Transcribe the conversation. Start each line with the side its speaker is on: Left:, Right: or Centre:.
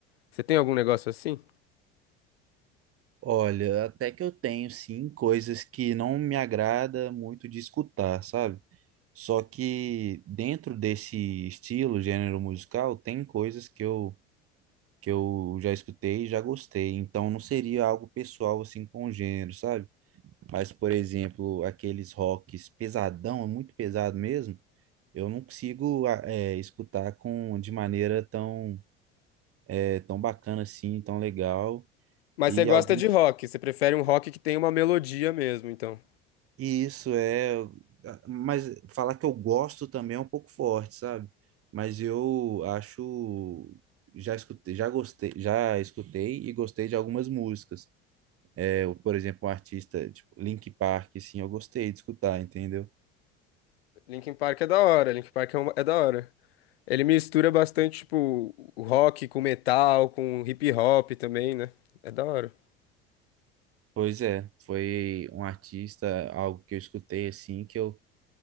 Left: Você tem algum negócio assim?
Right: Olha, até que eu tenho sim coisas que não me agrada muito de escutar, sabe? Só que dentro desse estilo, gênero musical, tem coisas que eu que eu já escutei e já gostei. Então não seria algo pessoal assim com o gênero, sabe? Mas por exemplo, aqueles rocks pesadão, é muito pesado mesmo. Eu não consigo a- é, escutar com de maneira tão é, tão bacana assim, tão legal.
Left: Mas
Right: E
Left: você gosta
Right: alguns
Left: de rock, você prefere um rock que tem uma melodia mesmo, então.
Right: E Isso é, ah, mas falar que eu gosto também é um pouco forte, sabe? Mas eu acho, já escutei, já gostei, já escutei e gostei de algumas músicas. É, eu, por exemplo, um artista tipo Linkin Park, assim, eu gostei de escutar, entendeu?
Left: Linkin Park é da hora, Linkin Park é, uma- é da hora. Ele mistura bastante, tipo, o rock com metal, com hip hop também, né? É da hora.
Right: Pois é, foi um artista, algo que eu escutei assim que eu